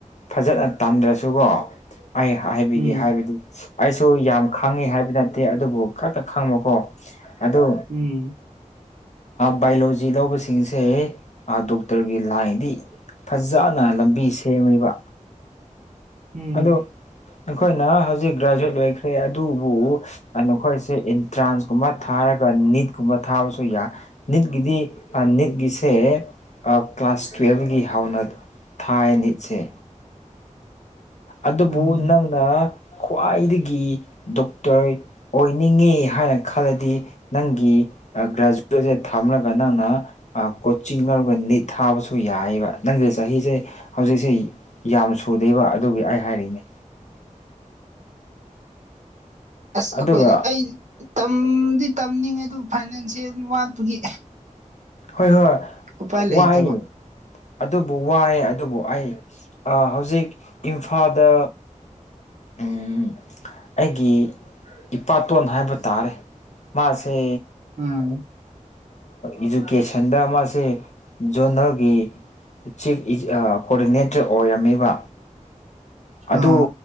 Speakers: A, on the left; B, on the right.
A: ꯐꯖꯅ ꯇꯟꯗ꯭ꯔꯁꯨꯀꯣ ꯑꯩ ꯍꯥꯏꯕꯤꯒꯦ
B: ꯎꯝ
A: ꯍꯥꯏꯕꯗꯤ ꯑꯩꯁꯨ ꯌꯥꯝ ꯈꯪꯉꯤ ꯍꯥꯏꯕ ꯅꯠꯇꯦ ꯑꯗꯨꯕꯨ ꯈꯔꯈꯛ ꯈꯪꯕꯀꯣ ꯑꯗꯨ
B: ꯎꯝ
A: ꯕꯥꯏꯑꯣꯂꯣꯖꯤ ꯂꯧꯕꯁꯤꯡꯁꯦ ꯗꯣꯛꯇꯔꯒꯤ ꯂꯥꯏꯟꯗꯤ ꯐꯖꯅ ꯂꯝꯕꯤ ꯁꯦꯝꯃꯤꯕ
B: ꯎꯝ
A: ꯑꯗꯣ ꯑꯩꯈꯣꯏꯅ ꯍꯧꯖꯤꯛ ꯒ꯭ꯔꯦꯖꯨꯋꯦꯠ ꯂꯣꯏꯈ꯭ꯔꯦ ꯑꯗꯨꯕꯨ ꯅꯈꯣꯏꯁꯦ ꯑꯦꯟꯇ꯭ꯔꯥꯟꯁꯀꯨꯝꯕ ꯊꯥꯔꯒ ꯅꯤꯠꯀꯨꯝꯕ ꯊꯥꯕꯁꯨ ꯌꯥꯏ ꯅꯤꯠꯀꯤꯗꯤ ꯅꯤꯠꯀꯤꯁꯦ ꯀ꯭ꯂꯥꯁ ꯇꯨꯋꯦꯜꯕꯒꯤ ꯍꯧꯥꯎꯅꯗꯣ ꯊꯥꯏ ꯑꯅꯤꯁꯦ ꯑꯗꯨꯕꯨ
B: ꯎꯝ
A: ꯅꯪꯅ ꯈ꯭ꯋꯥꯏꯗꯒꯤ ꯗꯣꯛꯇꯔ ꯑꯣꯏꯅꯤꯡꯉꯤ ꯍꯥꯏꯅ ꯈꯜꯂꯗꯤ ꯅꯪꯒꯤ ꯒ꯭ꯔꯦꯖꯨꯋꯦꯠꯁꯦ ꯊꯝꯂꯒ ꯅꯪꯅ ꯀꯣꯆꯤꯡ ꯂꯧꯔꯒ ꯅꯤꯠ ꯊꯥꯕꯁꯨ ꯌꯥꯏꯑꯕ ꯅꯪꯁꯦ ꯆꯍꯤꯁꯦ ꯍꯧꯖꯤꯛꯁꯦ ꯌꯥꯝ ꯁꯨꯗꯦꯕ ꯑꯗꯨꯒꯤ ꯑꯩ ꯍꯥꯏꯔꯤꯅꯦ
B: ꯑꯁ ꯑꯩꯈꯣꯏꯗꯣ
A: ꯑꯗꯨꯒ
B: ꯑꯩ ꯇꯝꯗꯤ ꯇꯝꯅꯤꯡꯉꯦ ꯑꯗꯨ ꯐꯥꯏꯅꯥꯟꯁꯤꯌꯦꯜ ꯋꯥꯠꯄꯒꯤ
A: ꯍꯣꯏ ꯍꯣꯏ
B: ꯎꯄꯥꯏ
A: ꯋꯥ
B: ꯂꯩꯇꯕ
A: ꯍꯥꯏꯅꯦ ꯑꯗꯨꯕꯨ ꯋꯥꯏꯑꯦ ꯑꯗꯨꯕꯨ ꯑꯩ ꯍꯧꯖꯤꯛ ꯏꯝꯐꯥꯜꯗ ꯎꯝ ꯑꯩꯒꯤ ꯏꯄꯥꯇꯣꯟ ꯍꯥꯏꯕ ꯇꯥꯔꯦ ꯃꯥꯁꯦ
B: ꯎꯝ
A: ꯏꯗꯨꯨꯀꯦꯁꯟꯗ ꯃꯥꯁꯤꯦ ꯖꯣꯟꯅꯒꯤ ꯆꯤꯐ ꯀꯣꯑꯣꯗꯤꯅꯦꯇꯔ ꯑꯣꯏꯔꯝꯃꯤꯕ ꯑꯗꯨ
B: ꯑꯥ